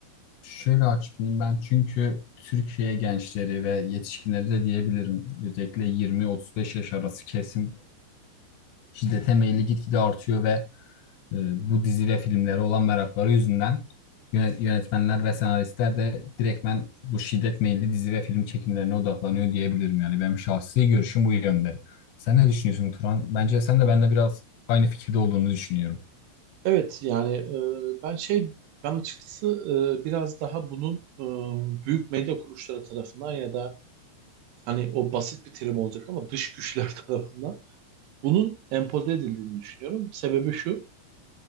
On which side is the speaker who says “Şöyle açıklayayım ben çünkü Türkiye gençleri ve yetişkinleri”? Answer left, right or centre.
Left